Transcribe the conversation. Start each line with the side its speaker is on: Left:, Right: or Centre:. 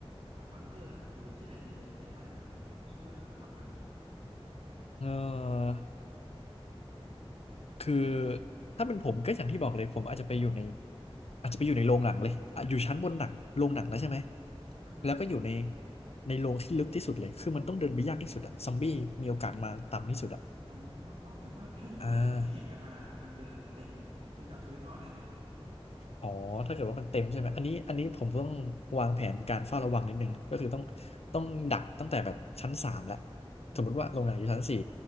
Right: สร้างบังเกอร์อะอยู่ที่ไหนดีเลยในห้างยี่คิดว่าน่าจะปลอดภัย
Left: เออ คือถ้าเป็นผมก็อย่างที่บอกเลยผมอาจจะไปอยู่ในอาจจะไปอยู่ในโรงหนังเลยอ่ะอยู่ชั้นบนหนังโรงหนังแล้วใช่ไหม
Right: อ่าครับผม
Left: แล้วก็อยู่ในในโรงที่ลึกที่สุดเลยคือมันต้องเดินไปยากที่สุดอะซอมบี้มีโอกาสมาต่ำที่สุดอะ
Right: อ๋อเอ้าแต่ว่าถ้าอย่างเงี้ยมันแห่กันมาทางเดินมันเต็มเนี่ยคุณจะเอาชีวิตรอดได้ไหม
Left: อ่าอ๋อถ้าเกิดว่ามันเต็มใช่ไหมอันนี้อันนี้ผมต้องวางแผนการเฝ้าระวังนิดนึงก็คือต้องต้องดักตั้งแต่แบบชั้นสามแล้วสมมติว่าโรงหนังอยู่ชั้นสี่